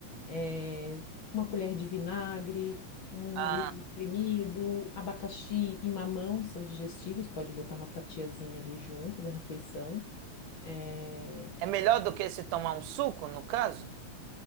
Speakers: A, on the left; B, on the right.
A: eh, uma colher de vinagre, um
B: Ah,
A: limão espremido, abacaxi e mamão são digestivos, pode botar uma fatiazinha ali junto da refeição. Eh,
B: é melhor do que se tomar um suco, no caso?